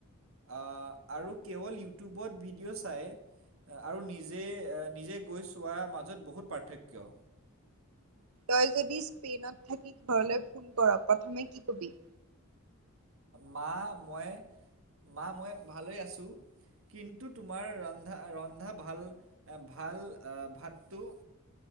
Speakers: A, on the right; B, on the right.
A: আ আৰু কেৱল ইউটিউবত ভিডিঅ চাই আৰু নিজে নিজে গৈ চোৱাৰ মাজত বহুত পাৰ্থক্য।
B: তই যদি স্পেইনত থাকি ঘৰলৈ ফোন কৰ প্ৰথমে কি কবি?
A: মা মই মা মই ভালেই আছোঁ। কিন্তু তোমাৰ ৰন্ধা ৰন্ধা ভাল এ ভাল আহ ভাতটো